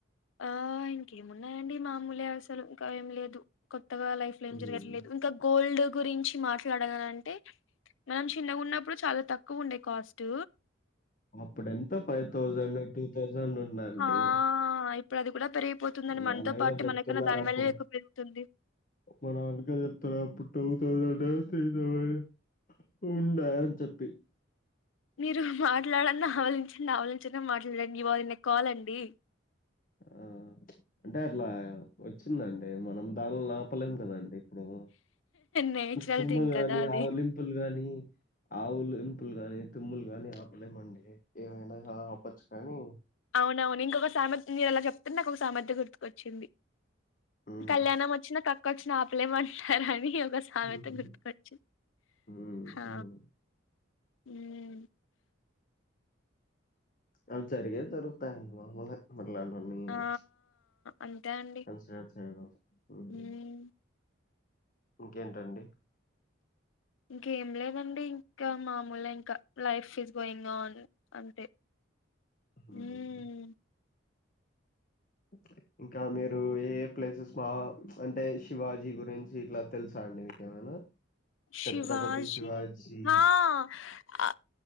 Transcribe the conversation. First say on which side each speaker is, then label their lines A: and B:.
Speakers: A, on the left; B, on the left.
A: ఆ ఇంకేమున్నాయండి మామూలు అసలు ఇంక ఏం లేదు కొత్తగా లైఫ్ లో ఏం
B: హ్మ్.
A: జరగట్లేదు ఇంకా గోల్డ్ గురించి మాట్లాడలా అంటే మనం చిన్నగా ఉన్నప్పుడు చాలా తక్కువ ఉండే కాస్ట్
B: అప్పుడ్ ఎంత ఫైవ్ థౌసండ్ టూ తౌసండ్ ఉన్నాండి
A: హా ఇప్పుడు అది కూడా పెరిగిపోతుందని
B: నాన్నగారు
A: మనతో పాటు
B: చెప్తున్నారు
A: మనకన్నా దాని
B: అప్పుడు
A: వాల్యూ ఎక్కువ పెరుగుతుంది
B: మా నాన్నగారు చెప్తున్నారు అప్పుడు <unintelligible> ఉండ అని చెప్పి
A: మీరు మాట్లాడండి ఆవలించండి ఆవలించిన మాట్లాడండి ఈవాళ నాకు కాలండి
B: ఆ అంటే అట్లా వచ్చిందండి మనం దాన్ని నాపలేం కదండి ఇప్పుడు
A: నేచురల్
B: తుమ్ము
A: థింగ్
B: కాని
A: కదా అది
B: ఆవులింపులు కానీ ఆవులు లింతలుగాని తుమ్ములు గాని ఆపలేమండి ఏమైనా ఆ ఆపచ్చు కానీ
A: అవునవును ఇంకొక సామెత నేను అలా చెప్తుంటే నాకు ఒక సామెత గుర్తుకొచ్చింది
B: హ్మ్.
A: కళ్యాణం వచ్చిన కక్కు కచ్చి నా ఆపలేమంటారని ఒక సామెత
B: హుహుహు.
A: గుర్తుకొచ్చి
B: హ్మ్.
A: హా
B: హ్మ్.
A: హ్మ్
B: ప్చ్ అది జరిగే జరుగుతాయి ఇంక మాములే మళ్ళీ రాను రాన్ను
A: ఆ
B: ప్చ్,
A: అంతే అండి
B: కన్సిడర్ చేయన హ్మ్
A: మ్మ్
B: ప్చ్ ఇంకేంటండి
A: ఇంకేం లేదండి ఇంకా మామూలే ఇంకా లైఫ్ ఫీజ్ గోయింగ్న్ ఆన్ అంటే
B: హ్మ్.
A: హ్మ్మ్
B: ప్చ్ ఇంకా మీరు ఏ ప్లేసెస్ మా ప్చ్ అంటే, శివాజీ గురించి ఇట్లా తెలుసా అండి మీకేమైనా ఛత్రపతి
A: శివాజీ
B: శివాజీ
A: మా ఆ